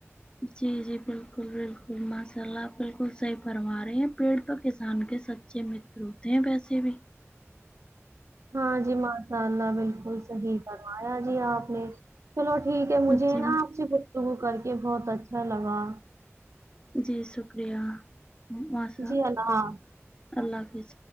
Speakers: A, on the left (about 20°); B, on the right (about 70°).
A: جی جی بالکل بالکل ماشاء اللہ آپ بالکل صحیح فرما رہے ہیں پیڑ تو کسان کے س چے متر ہوتے ہیں ییسے بھی
B: ہاں جی ماشاء اللہ بالکل صحیح فرمایا جی آپ نے چلو ٹھیک ہے
A: ہوں،
B: مجھے
A: جی
B: نا آپ سے گفتگو کر کے بہت اچھا لگا
A: جی شکریہ ماشا
B: جی اللہ
A: اللہ حافظ